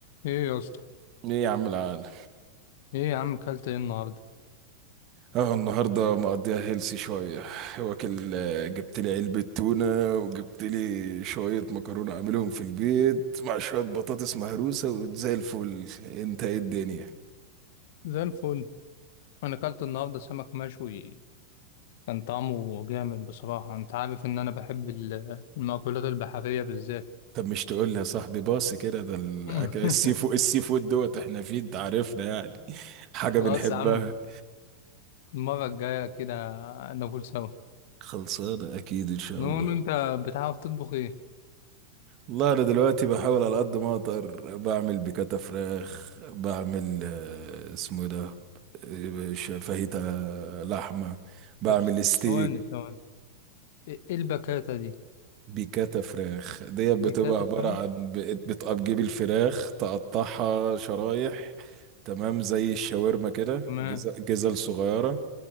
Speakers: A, on the left (about 50°); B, on the right (about 40°).
A: ايه يا اسطى
B: ايه يا عم العال
A: ايه يا عم كلت ايه النهارده
B: اه النهارده مقضيها هيلسي شويه واكل آه، جبت لي علبه تونه وجبت لي شويه مكرونه اعملهم في البيت مع شويه بطاطس مهروسه وزي الفل انت ايه الدنيا
A: زي الفل انا كلت النهارده سمك مشوي كان طعمه جامد بصراحه انت عارف ان انا بحب ال- المأكولات البحريه بالذات
B: طب مش تقول لي يا صاحبي باص كده ده الأكل
A: <laughs>
B: السي فود السي فود دوت احنا فيه انت عارفنا يعني <laughs> حاجة
A: خلاص
B: بنحبها
A: يا عم المره الجايه كده ناكل سوا
B: خلصانه اكيد ان شاء
A: نقول
B: الله
A: انت بتعرف تطبخ ايه
B: والله انا دلوقتي بحاول على قد ما اقدر بعمل بيكاتا فراخ بعمل آه، اسمه ده آه، ش- فاهيتا لحمة بعمل
A: طب س-
B: ستيك
A: ثواني ثواني ايه إيه البكاته دي
B: بيكاتا فراخ ديت بتبقى
A: دي كاته
B: عبارة
A: فراخ
B: عن بت- بتجيب الفراخ تقطعها شرايح تمام زي الشاورما كده
A: تمام
B: جز- جزل صغيرة